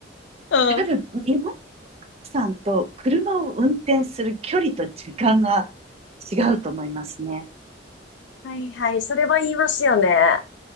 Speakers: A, on the left; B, on the right.
A: ん。
B: 多分、日本さんと車を運転する距離と時間が違うと思いますね。
A: はいはい、それは言いますよね。